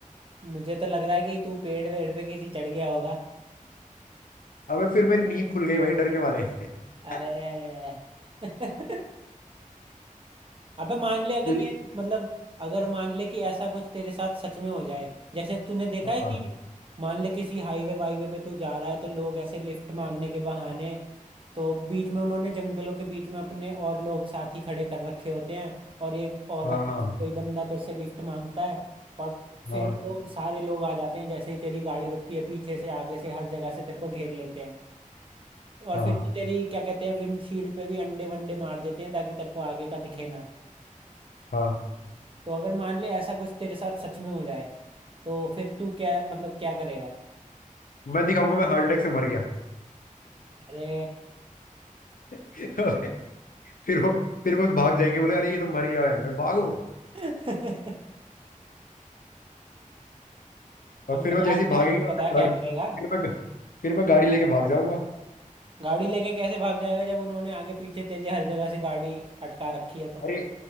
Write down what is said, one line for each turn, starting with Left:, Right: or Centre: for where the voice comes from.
Right: मुझे तो लग रहा है कि तू पेड़ वेड़ पे किसी चढ़ गया होगा
Left: अबे फिर मेरी नींद खुल गई भाई डर के मारे <laughs>
Right: अरे <laughs> अबे मान ले अगर
Left: लेकिन-
Right: ये मतलब अगर मान ले कि ऐसा कुछ तेरे साथ सच में हो जाए जैसे तूने देखा
Left: हाँ
Right: है कि मान ले किसी हाईवे वाईवे पे तू जा रहा है तो लोग ऐसे लिफ्ट मांगने के बहाने तो बीच में उन्होंने जंगलों के बीच में अपने और लोग साथी खड़े कर रखे होते हैं और एक औरत
Left: हाँ हाँ
Right: या फिर कोई बंदा तेरे से लिफ्ट मांगता है और फिर
Left: हाँ
Right: वो सारे लोग आ जाते हैं जैसे ही तेरी गाड़ी रुकती है पीछे से आगे से हर जगह से तेरे को घेर लेते हैं तो और
Left: हाँ
Right: फिर वो तेरी क्या कहते हैं विंडशील्ड पे भी अंडे वंडे मार देते हैं ताकि तेरे को आगे का दिखे ना
Left: हाँ
Right: तो अगर मान ले ऐसा कुछ तेरे साथ सच में हो जाए तो फिर तू क्या मतलब क्या करेगा
Left: मैं दिखाऊंगा मैं हार्ट अटैक से मर गया
Right: अरे
Left: <laughs> फिर वो फिर वो भाग जाएंगे बोले अरे ये तो मर गया है भागो
Right: <laughs>
Left: और
Right: अब
Left: फिर
Right: मजाक
Left: वो जैसे ही
Right: से
Left: भागेंगे
Right: हट के
Left: और
Right: बता
Left: फिर गाड़ी
Right: क्या करेगा
Left: फिर मैं फिर मैं गाड़ी लेके भाग जाऊंगा
Right: गाड़ी लेके कैसे भाग जाएगा जब उन्होंने आगे पीछे तेरी हर जगह से गाड़ी अटका रखी है तो
Left: अरे